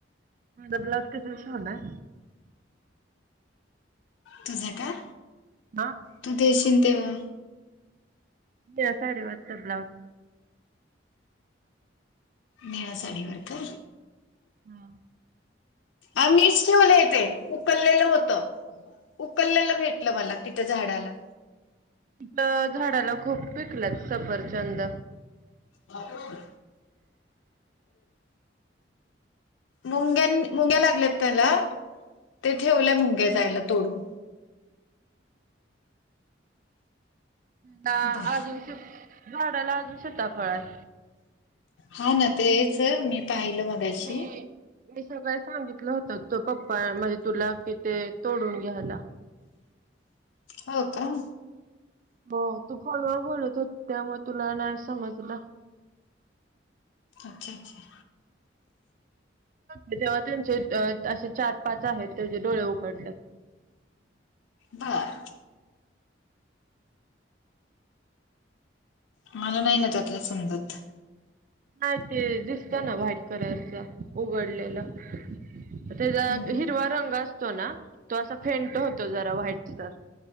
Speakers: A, on the right; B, on the left.
A: माझं ब्लाउज कसं शिवणार?
B: तुझं का?
A: हा
B: तू देशील तेव्हा.
A: त्या साडी वरचा ब्लाउज
B: निळा साडीवर का?
A: हा..
B: आ मीच ठेवलं तेे, उकललेलं होतं. उकललेल भेटलं, मला तिथ झाडाला.
A: त.. झाडाला खूप पिकलेत सफरचंद
B: भारती मॅडम मुंग्यान मुंग्यालागलेतला ते ठेवल्या मुंगे जायला तोडून
A: ना
B: बर
A: अजून श झाडाला अजून शताफळ आहे
B: हा ना तेच मी पाहिलं मगाशी
A: मी मी सगळे सांगितलं होत तो पप्पा म्हणजे तुला कि ते तोडून घ्यायला
B: हो का
A: हो तू फॉलोवर बोलत हो त्यामुळे तुला नाही समा तुला
B: अच्छा अच्छा
A: तेव्हा त्यांचे असे चार पाच आहेत त्याचे डोळे उघडले
B: बर मला नाही ना त्यातलं समजत
A: नाही ते दिसत ना व्हाईट कलरच उघडलेलं त्याचा
B: हम्म
A: हिरवा
B: हम्म
A: रंग असतो ना तो असा फेंट होतो जरा व्हाईटचा